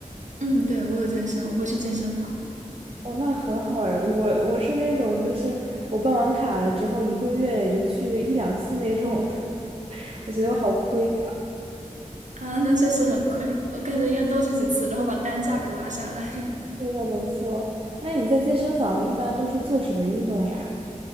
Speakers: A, on the right; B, on the right.
A: 嗯，对，我有健身，我会去健身房。
B: 哦，那很好哎，我我是那种就是我办完卡了之后一个月也就去一两次那种的，<laughs> 我觉得我好亏呀。
A: 啊，那确实很亏，我感觉应该多去几次，然后把单价给拉下来。<laughs>
B: 对的，没错。那你在健身房一般都是做什么运动呀？